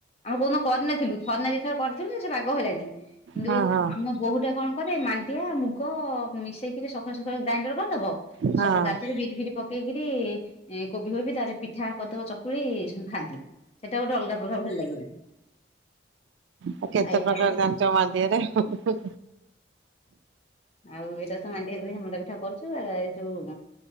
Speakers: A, on the left (about 35°); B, on the right (about 80°).
A: ଆମେ କୋଉନ କରିନଥିଲୁ ଥରିନା ଦି ଥର କରିଥିଲୁ ସେ ବାଗ ହେଲାନି କିନ୍ତୁ
B: ହଁ ହଁ
A: ଆମ ବୋଉ ଟା କଣ ରେ ମାଣ୍ଡିଆ, ମୁଗ, ମିଶେଇକି ସକାଳୁ ସଖଳୁ ଗ୍ରାଇଣ୍ଡର କରିଦବ।
B: ହଁ
A: ସବୁ ଗାଜରେ ବିଟ ଫିଟ୍ ପକେଇକିରି କୋବି ହୋବି ତାର ପିଠା କଦବ ଚକୁଳି ଏଇଁଷ ଖାନ୍ତିି। ସେଟା ଗୋଟେ ଅଲଗା ପ୍ରକାର ଭଲ ଲାଗିବନି।
B: ମୁ କେତେ
A: ଆଉ ଏଟା
B: ପ୍ରକାର ଜାଣିଚ ମାନ୍ତିଆରେ ହୁଁମ୍ ହୁଁ।
A: ଆଉ ଏଇଟା ତ ମାଣ୍ଡିଆ ହେମଣ୍ଡା ପିଠା କରୁଛୁ ଏଇ ଯୋଉ